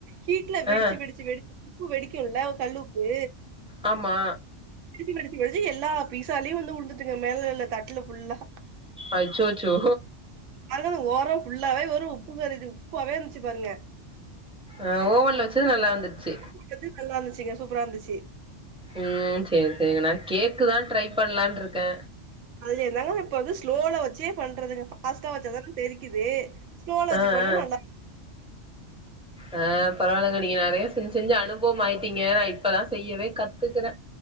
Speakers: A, on the right; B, in the centre.
A: ஹீட்ல வெடுச்சி
B: அ
A: வெடுச்சி வெடு உப்பு வெடிக்குல்ல கல் உப்பு
B: ஆமா
A: வெடுச்சு வெடுச்சு வெடுச்சு எல்லா பீசாலயு வந்து உழுந்துச்சுங்க மேல இல்ல தட்ல ஃபுல்லா
B: அச்சோச்சோ
A: அதுவு ஓரோ ஃபுல்லாவே ஒரே உப்பு கருகி உப்பாவே இருந்ச்சு பாருங்க
B: ஆ ஓவன்ல வச்சது நல்லா வந்துற்ச்சு
A: போட்டது நல்லா இருந்துச்சுங்க சூப்பரா இருந்துச்சு
B: ம் சேரி சேரிங்க நா கேக்கு தா ட்ரை பண்லான்ருக்கே
A: அதுல என்னாங்க இப்ப வந்து ஸ்லோல வச்சே பண்றதுங்க ஃபாஸ்ட்டா வச்சாதான தெறிக்கிது ஸ்லோலா வச்சு
B: அ
A: பண்ணா
B: அ
A: நல்லா
B: ஆ பரவால்ல தோழி நீங்க நெறைய செஞ்சு செஞ்சு அனுபவம் ஆயிட்டீங்க நா இப்பதா செய்யவே கத்துக்கிறே